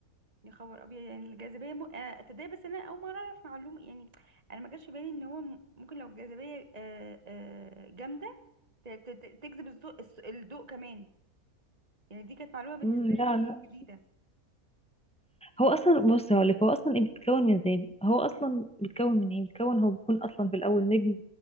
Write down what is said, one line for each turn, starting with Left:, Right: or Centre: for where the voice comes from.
Right: يا خبر ابيض يعني الجاذبيه م... آه تصدقي بس انا اول مره اعرف معلومه يعني انا ما جاش في بالي ان هو م- ممكن لو الجاذبيه آه آه جامده ت... ت... ت- تجذب الضوء الس- الضوء كمان يعني دي كانت معلومه بالنسبه
Centre: مم،
Right: لي
Centre: لا لا
Right: جديده
Centre: هو اصلا بص هقولك هو اصلا إيه بيتكون من ازاي هو اصلا بيتكون من ايه بيتكون هو بيكون اصلا في الاول نجم